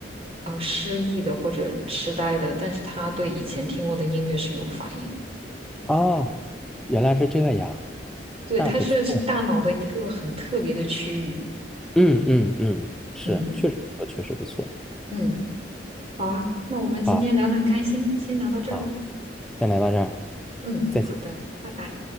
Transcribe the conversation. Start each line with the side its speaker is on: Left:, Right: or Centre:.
Right: 呃失忆的或者痴呆的，但是他对以前听过的音乐是有反应。
Centre: 哦，原来是这样，
Right: 对，
Centre: 那不错。
Right: 它是是大脑的一个很特别的区域。
Centre: 嗯嗯嗯，是，
Right: 嗯
Centre: 确实不错，确实不错。
Right: 嗯，好啊，那我们今天聊的很开心，
Centre: 好，
Right: 先聊到这儿喽。
Centre: 好，先来到这儿，
Right: 嗯，
Centre: 再见。
Right: 好的，拜拜。